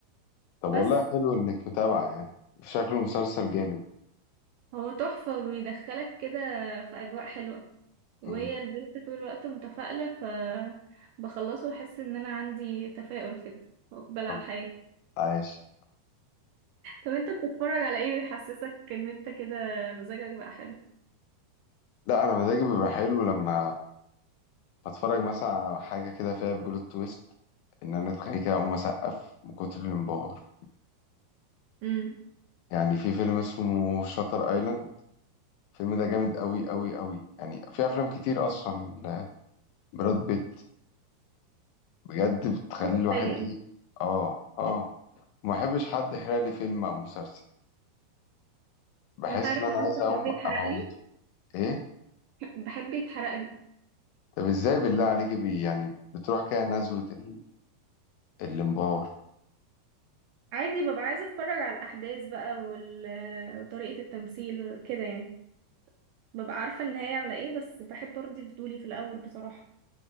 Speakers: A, on the left; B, on the right.
A: طب
B: بس
A: والله حلو انك متابعة يعني شكله مسلسل جامد
B: هو تحفة بيدخلك كده في اجواء حلوة وهي
A: امم
B: البنت طول الوقت متفائلة ف بخلصه واحس ان انا عندي تفاؤل كده واقبل على
A: طب
B: الحياة
A: عايش
B: طب انت بتتفرج على ايه بيحسسك ان انت كده مزاجك بقى حلو
A: لا انا مزاجي بيبقى حلو لما هتفرج مثلا على حاجة كده فيها بلوت تويست إن أنا أتخيل كده أقوم أسقف من كتر الانبهار
B: امم
A: يعني في فيلم اسمه شاتر أيلاند الفيلم ده جامد أوي أوي أوي يعني في أفلام كتير أصلا لبراد بيت بجد بتخلي
B: بتتفاجئ
A: الواحد إيه
B: انت
A: آه آه ما بحبش حد يحرق لي فيلم أو مسلسل بحس
B: وانت عارف
A: إن أنا
B: ان انا
A: عايز
B: بحب
A: أقوم
B: يتحرق
A: أموته
B: لي
A: إيه
B: بحب يتحرق لي
A: طب إزاي بالله عليك بي يعني بتروح كده نزوة ال... الانبهار
B: عادي ببقى عايزه اتفرج على الاحداث بقى وال... وطريقه التمثيل كده يعني ببقى عارفه النهايه على ايه بس بحب ارضي فضولي في الاول بصراحه